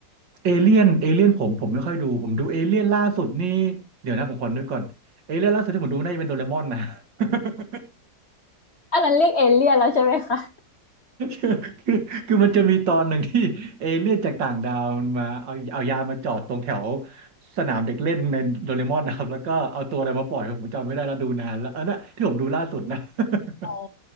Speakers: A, on the right; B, on the left.
A: เอเลี่ยนเอเลี่ยนผมผมไม่ค่อยดูผมดูเอเลี่ยนล่าสุดนี่เดี๋ยวนะผมขอนึกก่อนเอเลี่ยนล่าสุดที่ผมดูน่าจะเป็นโดเรมอนนะ <laughs>
B: อันนั้นเรียกเอเลี่ยนแล้วใช่ไหมคะ
A: คือคือคือมันจะมีตอนหนึ่งที่เอเลี่ยนจากต่างดาวมันมาเอาเอายามาจอดตรงแถวสนามเด็กเล่นในโดเรมอนนะครับแล้วก็เอาตัวอะไรมาปล่อยผมจำไม่ได้แล้วดูนานแล้วอันนั้นที่ผมดูล่าสุดนะ <laughs>
B: อ๋อ